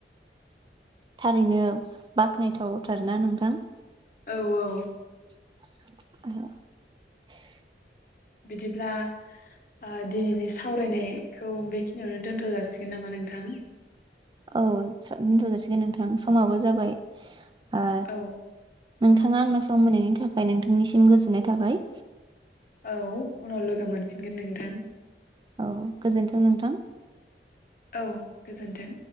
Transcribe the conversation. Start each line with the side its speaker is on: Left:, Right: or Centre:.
Right: थारैनो बाख्नायथावथार ना नोंथां?
Left: औ औ।
Right: <inaudible>
Left: बिदिब्ला ओ दिनैनि सावरायनायखौ बेखिनियावनो दोनथ' जासिगोन नामा नोंथां?
Right: औ दोनथ' जाासिगोन नोंथां समाबो जाबाय ओ
Left: औ
Right: नोंथाङा आंनो सम होनायनि थाखाय नोंथांनिसिम गोजोननाय थाबाय।
Left: औ उनाव लोगो मोनफिनगोन नोंथां।
Right: औ गोजोन्थों नोंथां।
Left: औ गोजोन्थों।